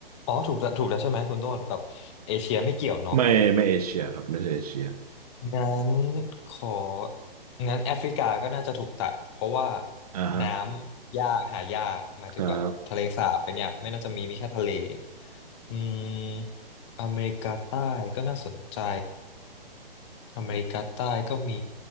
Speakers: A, on the left; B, on the right.
A: อ๋อถูกแล้วถูกแล้วใช่ไหมคุณต้นแบบเอเชียไม่เกี่ยวเนาะ
B: ไม่ไม่เอเชียครับไม่ใช่เอเชีย
A: งั้นของั้นแอฟริกาก็น่าจะถูกตัดเพราะว่า
B: อ่าฮะ
A: น้ำยากหายากหมายถึงแบบทะเลสาบอะไรเงี้ยไม่น่าจะมีมีแค่ทะเล
B: ครับ
A: อืมอเมริกาใต้ก็น่าสนใจอเมริกาใต้ก็มี